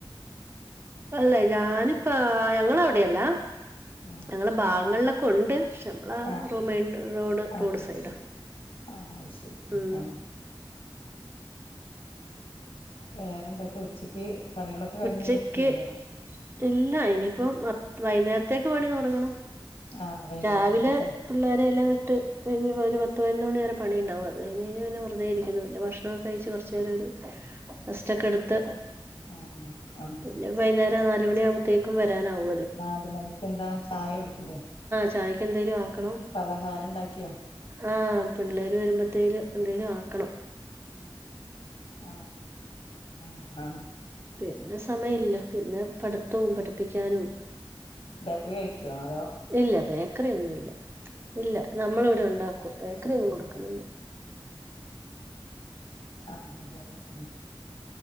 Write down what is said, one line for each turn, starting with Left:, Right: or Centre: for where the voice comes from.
Right: അല്ല ഞാന് പ്പ ഞങ്ങളവിടെയല്ല.
Left: ഉം
Right: ഞങ്ങള ഭാഗങ്ങൾലൊക്കെ ഉണ്ട് പക്ഷെ ള
Left: ആഹ്
Right: റുമൈൻ്റ് റോഡ്
Left: ആഹ്
Right: റോഡ്
Left: അത്
Right: സൈഡാ
Left: ശരി ആഹ് അത് ശരി
Right: ഉം
Left: ആഹ് വേറെ എന്തൊക്കെ ഉച്ചയ്ക്ക് പണികളൊക്കെ കഴിഞ്ഞ
Right: ഉച്ചക്ക്
Left: ഇരിക്കു ല്ലേ?
Right: ഇല്ല ഇനിയിപ്പോ മ വൈന്നേരത്തേക്ക് പണി തൊടങ്ങണം.
Left: ആഹ് വൈകുന്നേരത്തേക്കും
Right: രാവിലെ പിള്ളേരെല്ലാം വ്ട്ട് കഴിഞ്ഞപ്പോ ഒരു പത്ത് പയിനൊ മണി വരെ പണിണ്ടാകും. അത് കഴിഞ്ഞ് കഴിഞ്ഞാ പിന്നെ വെർതെ ഇരിക്ക്ന്നു. പിന്നെ ഭക്ഷണ കഴിച്ച് കൊർച്ചേര ഒരു നസ്റ്റ ഒക്കെ എട്ത്ത്
Left: ഉം അഹാ
Right: പിന്നെ വൈന്നേര നാലുമണി ആകുമ്പത്തേക്കും വരാനാവു
Left: നാല് മണിക്ക് എന്താ ചായ കുടിക്കില്ലേ?
Right: ചായക്ക്ന്തെലും ആക്കണോ?
Left: പലഹാരം ണ്ടാക്കിയോ?
Right: ആഹ് പിള്ളേര് വെരുമ്പത്തേലും എന്തേലും ആക്കണം.
Left: ആഹ് ആഹ് ആഹ്
Right: പിന്നെ സമയല്ല പിന്നെ പഠിത്തവും പഠിപ്പിക്കാനും.
Left: ബേക്കറി കഴിക്കോ അതോ?
Right: ഇല്ല ബേക്കറി ഒന്നുല്ല ഇല്ല നമ്മള് വടെ ണ്ടാക്കും. ബേക്കറി
Left: ആഹ്
Right: ഒന്നും കൊടുക്കല്
Left: അതെ അതെ
Right: ല്ല.
Left: ആഹ് അതെ അതെ ഉം